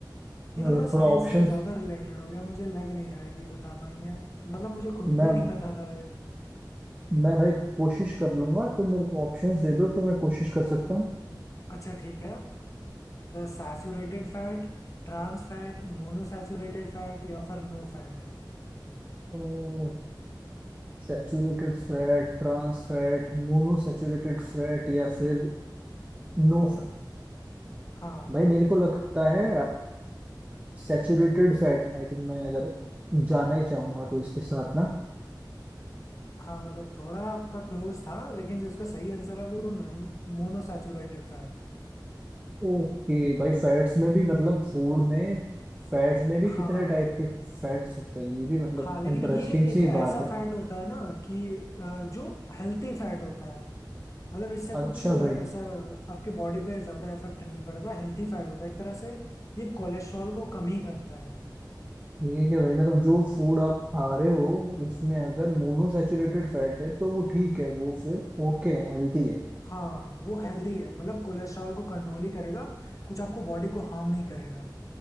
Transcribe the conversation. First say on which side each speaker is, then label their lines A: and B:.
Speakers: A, on the right; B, on the left.
A: अरे,
B: ये थोड़ा साइंस
A: थोड़ा ऑप्शंस
B: से ज्यादा रिलेटेड हो गया मुझे लग नहीं रहा है कि बता पाएंगे मतलब मुझे खुद
A: मैं
B: भी नहीं पता था ये।
A: मैं भाई कोशिश कर लूंगा तुम मेरे को ऑप्शंस दे दो तो मैं कोशिश कर सकता हूँ
B: अच्छा ठीक है Saturated fat trans fat monounsaturated fat या फिर नो फैट
A: तो saturated fat trans fat mono saturated fat या फिर नो
B: हाँ
A: भाई मेरे को लगता है सैचुरेटेड फैट आई थिंक मैं अगर जाना ही चाहूंगा तो इसके साथ ना
B: हाँ मतलब थोड़ा आपका क्लोज था लेकिन जो उसका सही आंसर है वो मोनोसैचुरेटेड फैट
A: ओके भाई फैट्स में भी मतलब फूड में फैट में भी
B: हाँ
A: कितने टाइप के फैट्स होते हैं ये भी मतलब
B: हाँ लेकिन
A: इंटरेस्टिंग
B: ये
A: सी
B: एक ऐसा
A: बात है
B: फैट होता है ना कि अ, जो हेल्थी फैट होता है मतलब इससे
A: अच्छा
B: कुछ
A: भाई
B: ऐसा आपके बॉडी पे ज्यादा इफेक्ट नहीं पड़ता हेल्थी फैट होता है एक तरह से ये कोलेस्ट्रॉल को कम ही करता है
A: ठीक है भाई मतलब जो फूड आप खा रहे हो उसमें अगर मोनोसैचुरेटेड फैट है तो वो ठीक है वो फिर ओके है हेल्थी है
B: हाँ वो हेल्दी है मतलब कोलेस्ट्रॉल को कंट्रोल ही करेगा कुछ आपको बॉडी को हार्म नहीं करेगा